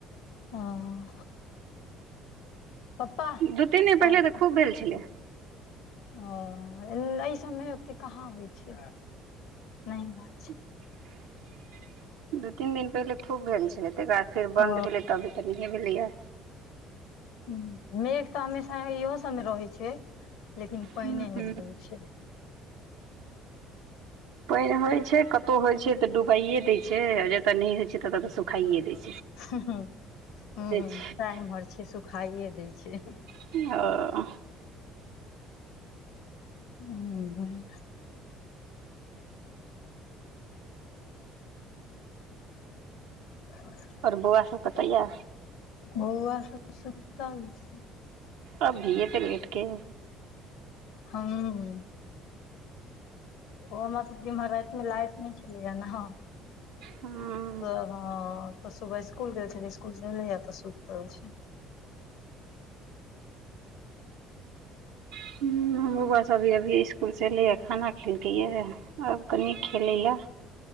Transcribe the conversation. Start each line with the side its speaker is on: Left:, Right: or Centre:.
Left: हां। पप्पा
Right: दू तीन दिन पहिले
Left: कॉल
Right: तऽ
Left: छा।
Right: खूब भेल छलैया।
Left: ओ नै ए सब मे ओते कहाँ होय छै, नै होय छै।
Right: <inaudible> दू-तीन दिन पहिले खूब भेल छलै तै के बाद फेर बन्द
Left: ओ
Right: भेलै तऽ अभी तऽ नहिये भेलैया।
Left: हुं मेघ तऽ हमेशा एहियो सब मे रहै छै, लेकिन पेएने
Right: हूँ
Left: नै होय छै।
Right: पेएन होय छै, कतौ होय छै तऽ डुबाइये दे छै जतऽ नै होय छै तता तऽ सुखाइये देय
Left: हुं साएह
Right: छै
Left: इम्हर छै सुखाइये दै छै।
Right: ओ।
Left: हां। <inaudible>
Right: और बौअवा सब कता या?
Left: बौअवा सब सुतल छै।
Right: अभी एते लेट के।
Left: हां। ओ हमर सबके इम्हर राएत मे लाइट नै छलैया नै, हां।
Right: हां।
Left: तऽ हां, तऽ सुबह स्कूल गेल छलै, स्कूल से एलैया तऽ सुतल छै।
Right: हुं हमरो बौअवा सब अभी-अभी इसकुल से एलैया खाना खेलकैया। आब कनि खेलै लए।